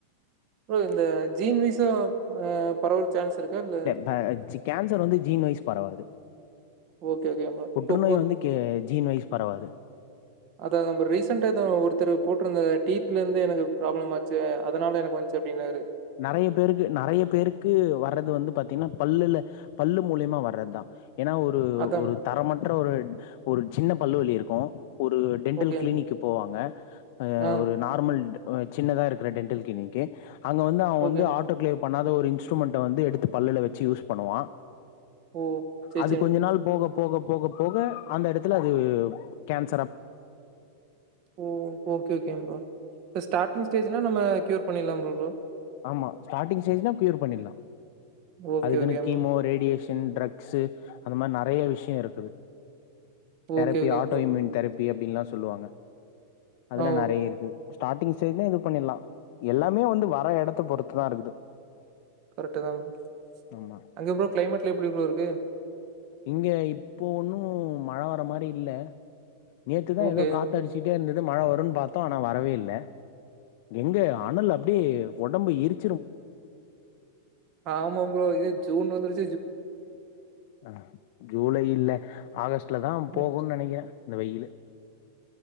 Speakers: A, on the right; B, on the left.
A: இந்த ப்ரோ ஜீன் வைசா நம்ப பரவல் சான்ஸ் இருக்கா இல்ல
B: ப சி கேன்சர் வந்து ஜீன் வய்ஸ் பரவாது
A: ஓகே ஓகே ப்ரோ
B: புற்றுநோய்
A: இப்போ
B: வந்து கே ஜீன் வயஸ் பரவாது
A: அதான்தா ப்ரோ ரீசென்டாதா ஒருத்தரு போட்டிருந்த டீத்துல இருந்து எனக்கு ப்ராப்ளம் ஆச்சு அதனால எனக்கு வந்ச்சு அப்படின்னாரு
B: நறைய பேருக்கு நறைய பேருக்கு வர்றது வந்து பாத்தீங்கன்னா பல்லுல பல்லு மூலியமா வர்றத்தான் ஏன்னா ஒரு
A: அதான்
B: ஒரு தரமற்ற ஒரு ஒரு சின்ன பல்லுவலி இருக்கு ஒரு டென்டல்
A: ஓகேங்க.
B: கிளினிக்கு போவாங்க அஹ்
A: ஆ
B: ஒரு நார்மல் சின்னதா இருக்கிற டென்டல் கிளினி்க்கி அங்க வந்து அவன்
A: ஓகேங்க.
B: வந்து ஆட்டோ கிளேவ் பண்ணாத ஒரு இன்ஸ்ட்ருமெண்டை வந்து எடுத்து பல்லுல வச்சு யூஸ் பண்ணுவான்
A: ஓ! சரி,
B: அது
A: சரிங்க.
B: கொஞ்ச நாள் போகப் போக போக போக அந்த எடத்துல அது கேன்
A: ஓ ஓகே ஓகே ப்ரோ ஸ்டார்டிங் ஸ்டேஜ்னா நம்ம க்யூர் பண்ணிட்லாமா ப்ரோ.
B: ஆமா ஸ்டார்டிங் ஸ்டேஜ்னா கியூர் பண்ணிர்லா
A: ஓகே,
B: அதுக்குன்னு
A: ஓகேங்க
B: கீமோ
A: ப்ரோ.
B: ரேடியேஷன் இன் ட்ரக்சு அந்த மாரி நெறயா விஷ்யோ இருக்குது தெரப்பி
A: ஓகே, ஓகேங்க
B: ஆட்டோ
A: ப்ரோ.
B: ம்யூன் தெரப் பி அப்டின்ல்லா சொல்லுவாங்க அதுல
A: ஆ ஓ!
B: நெறயா இருக்குது ஸ்டார்டிங் ஸ்டேஜ்ன்னா இது பண்ணிட்லாம் எல்லாமே வந்து வர எடத் பொறுத்துதான் இருக்குது
A: கரெக்ட் தான் ப்ரோ
B: ஆமா
A: அங்க ப்ரோ கிளைமேட்லாம் எப்டி ப்ரோ இருக்கு
B: இங்க இப்போ ஒன்னும் மழ வரமாரி இல்ல நேத்துதான்
A: ஓகே.
B: ஏதோ காத் அடிச்சிட்டே இருந்தது மழ வரும்னு பாத்தோம் ஆனா வரவே இல்ல எங்கே அனல் அப் அப்படியே ஒடம்பு இருக்
A: ஆமாம் ப்ரோ இது ஜூன் வந்துருச்
B: அஹ் ஜூலை இல்ல ஆகஸ்ட் ட்லதான்
A: ம்.
B: போகும்ன்னு நெனைக்கிறேன் இந்த வெயிலு